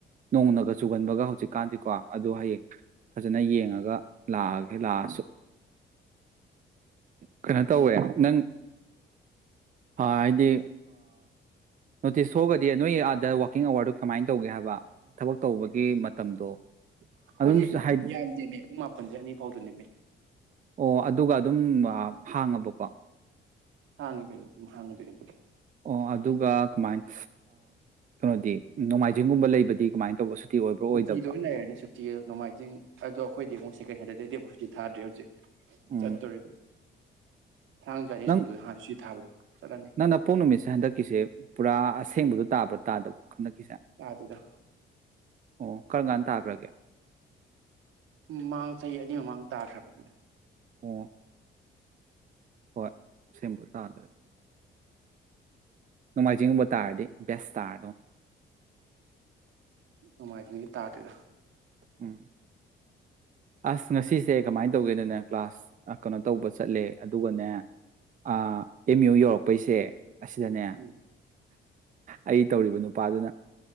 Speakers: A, on the right; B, on the right.
A: ꯅꯣꯡꯅꯒ ꯆꯨꯒꯟꯕꯒ ꯍꯧꯖꯤꯛ ꯀꯥꯟꯁꯤꯀꯣ ꯑꯗꯨꯗꯣ ꯍꯌꯦꯡ ꯐꯖꯅ ꯌꯦꯡꯉꯒ ꯂꯥꯛꯑꯒꯦ ꯂꯥꯛꯑꯁꯨ ꯀꯩꯅꯣ ꯇꯧꯋꯦ ꯅꯪ ꯍꯥꯏꯗꯤ ꯅꯣꯇꯤꯁ ꯊꯣꯛꯑꯒꯗꯤ ꯅꯣꯏꯒꯤ ꯑꯥꯗ ꯋꯥꯋꯀꯤꯡ ꯑꯋꯥꯔꯗꯨꯣ ꯀꯃꯥꯏꯅ ꯇꯧꯒꯦ ꯍꯥꯏꯕ ꯊꯕꯛ ꯇꯧꯕꯒꯤ ꯃꯇꯝꯗꯣ
B: ꯑꯩꯈꯣꯏꯁꯤ
A: ꯑꯗꯨꯝ ꯍꯥꯏ
B: ꯌꯥꯝꯗꯦꯃꯦ ꯄꯨꯡ ꯃꯥꯄꯟꯁꯦ ꯑꯅꯤ ꯐꯥꯎꯗꯅꯦꯃꯦ
A: ꯑꯣ ꯑꯗꯨꯒ ꯑꯗꯨꯝ ꯍꯥꯡꯉꯕꯀꯣ
B: ꯍꯥꯡꯉ ꯀꯣꯏꯅꯤ ꯍꯥꯡꯉ ꯇ ꯇ
A: ꯑꯣ ꯑꯗꯨꯒ ꯀꯃꯥꯏꯅ ꯀꯩꯅꯣꯗꯤ ꯅꯣꯡꯃꯥꯏꯖꯤꯡꯒꯨꯝꯕ ꯂꯩꯕꯗꯤ ꯀꯃꯥꯏꯅ ꯇꯧꯕ ꯑꯣꯏꯕ꯭ꯔꯣ ꯑꯣꯏꯗꯕ꯭ꯔꯣ
B: ꯁꯨꯇꯤ ꯂꯣꯏ ꯂꯩꯔꯅꯤ ꯁꯨꯇꯤ ꯅꯣꯡꯃꯥꯏꯖꯤꯡ ꯑꯗꯣ ꯑꯩꯈꯣꯏꯗꯤ ꯑꯃꯨꯛꯀꯩ ꯍꯥꯏꯗꯤ ꯄꯨꯁꯇꯤ ꯊꯗ꯭ꯔꯦ ꯍꯧꯖꯤꯛ
A: ꯎꯝ
B: ꯇꯠ ꯇꯔꯤꯔꯤꯕ ꯊꯥꯡ ꯆꯥꯅꯤ
A: ꯅꯪ
B: ꯁꯨꯕꯗꯣ ꯍꯥꯟ ꯁꯤ ꯊꯥꯕꯗꯣ ꯆꯠꯂꯅꯤ
A: ꯅꯪ ꯅ ꯄꯣꯛ ꯅꯨꯃꯤꯠꯁꯦ ꯍꯟꯗꯛꯀꯤꯁꯦ ꯄꯨꯔꯥ ꯑꯁꯦꯡꯕꯗ ꯇꯥꯕ꯭ꯔꯣ ꯇꯥꯗꯕ꯭ꯔꯣ ꯍꯟꯗꯛꯀꯤꯁꯦ
B: ꯇꯥꯗꯦꯗ
A: ꯑꯣ ꯀꯔꯝ ꯀꯥꯟꯗ ꯇꯥꯈ꯭ꯔꯒꯦ
B: ꯃꯃꯥꯡ ꯆꯍꯤ ꯑꯅꯤ ꯃꯃꯥꯡ ꯇꯥꯈ꯭ꯔꯕꯅꯤꯅ
A: ꯑꯣ ꯍꯣꯏ ꯁꯦꯝꯕꯨ ꯇꯥꯗ꯭ꯔꯗꯤ ꯅꫭꯡꯃꯥꯏꯖꯤꯡꯒꯨꯝꯕ ꯇꯥꯔꯗꯤ ꯕꯦꯁ ꯇꯥꯔ ꯗꯧꯅꯤ
B: ꯅꫭꯡꯃꯥꯏꯖꯤꯡꯗꯤ ꯇꯥꯗꯔꯦꯗ
A: ꯎꯝ ꯑꯁ ꯉꯁꯤꯁꯦ ꯀꯃꯥꯏꯅ ꯇꯧꯒꯦꯗꯅꯦ ꯀ꯭ꯂꯥꯁ ꯑ ꯀꯩꯅꯣ ꯇꯧꯕ ꯆꯠꯂꯦ ꯑꯗꯨꯒꯅꯦ ꯑꯥ ꯑꯦꯝ ꯌꯨ ꯌꯧꯔꯛꯄꯩꯁꯦ ꯑꯁꯤꯗꯅꯦ
B: ꯎꯝ
A: ꯑꯩ ꯇꯧꯔꯤꯕ ꯅꯨꯄꯥꯗꯨꯅ